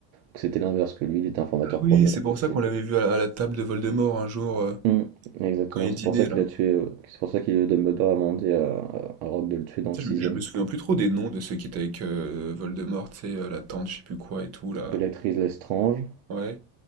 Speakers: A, on the right; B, on the right.
A: que c'était l'inverse, que lui, il était informateur
B: Ah oui,
A: pour lui
B: c'est
A: alors
B: pour
A: que c'était
B: ça qu'on l'avait vu à, la à la table de Voldemort un jour, euh,
A: Mm, exactement,
B: quand il
A: c'est
B: dînait
A: pour ça
B: là.
A: qu'il a tué, euh, c'est pour ça que Dumbledore a demandé à, à Rogue de le tuer dans le
B: Je
A: sixième.
B: me je me souviens
A: Pour
B: plus trop des noms de ceux qui étaient avec euh, Voldemort, tu sais, euh, la tante, je sais plus quoi et tout, là.
A: Bellatrix Lestrange,
B: Ouais.